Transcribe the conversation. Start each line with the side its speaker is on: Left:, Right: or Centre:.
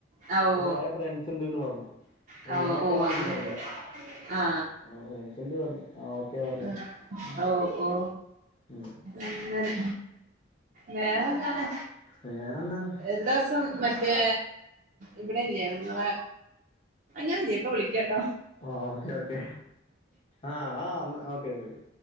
Right: ആ,
Left: ഇപ്പൊ
Right: ഓ
Left: കൊറെ ഫ്രണ്ട്സ് ഉണ്ട്ന്ന് പറഞ്ഞു അപ്പൊ
Right: ആ,
Left: നിങ്ങളൊക്കെയാന്ന്
Right: ഓ ഓ അങ്ങനെ
Left: എനിക്കറിയില്ല
Right: ആ
Left: ആ ഫ്രണ്ട്സിണ്ട് പറഞ്ഞു ആ ഓക്കെ പറഞ്ഞു
Right: ആ.
Left: ഉം
Right: ഓ ഓ
Left: ഉം
Right: അങ്ങനെ വേറെന്താണ്
Left: വേറെന്താണ്
Right: ന്തോദിവസം മറ്റേ ഇവിടെല്ലേ നിങ്ങളെ ഞാനല്ല ഇപ്പ വിളിക്ക കേട്ടോ
Left: ആ ഓക്കേ ഓക്കേ ആഹ് ആ അന്ന് ഓക്കെ ഓക്കെ ഓക്കെ